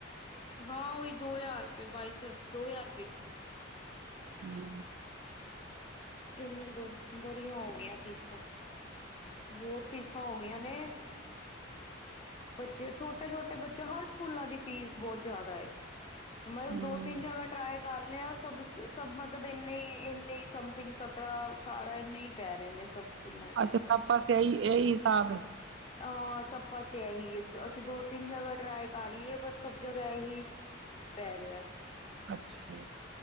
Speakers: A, on the left (about 30°); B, on the right (about 65°).
A: ਹਾਂ ਉਈ, ਦੋ ਹਜ਼ਾਰ ਰੁਪਏ, ਬਾਈ ਸੌ, ਦੋ ਹਜ਼ਾਰ ਰੁਪਏ ਫੀਸ ਏ।
B: ਹੂੰ।
A: ਇੰਨੀ ਬ ਬੜੀਆਂ ਹੋ ਗਈਆਂ ਫੀਸਾਂ। ਬੌਤ ਫੀਸਾਂ ਹੋ ਗਈਆਂ ਨੇ। ਬੱਚੇ ਛੋਟੇ-ਛੋਟੇ ਬੱਚੇ, ਹਰ ਸਕੂਲਾਂ ਦੀ ਫੀਸ ਬਹੋਤ ਜ਼ਿਆਦਾ ਏ। ਮਲਬ
B: ਹਮ
A: ਦੋ ਤਿੰਨ ਜਗ੍ਹਾ ਟਰਾਏ ਕਰ ਲਿਆ। ਸਭ ਦ ਸਭ ਮਤਲਬ ਏਨੇ ਈ, ਏਨੇ ਈ ਸਮ ਥਿੰਗ ਸਤਰਾਂ ਅਠਾਰਾਂ ਇੰਨੇ ਈ ਪੈ ਰਏ ਨੇ ਸਭ। ਸਕੂਲਾਂ ਚ
B: ਅੱਛਾ ਪਾਪਾ ਸਹੀ ਏਹੀ ਹਿਸਾਬ ਏ।
A: ਹਾਂ ਸਭ ਪਾਸੇ ਏਹੀ ਹੈ, ਅਸੀਂ ਦੋ ਤਿੰਨ ਜਗ੍ਹਾ ਟਰਾਈ ਕਰ ਲਈ ਏ ਪਰ ਸਭ ਜਗ੍ਹਾ ਏਹੀ ਪੈ ਰੇਆ।
B: ਅੱਛਾ।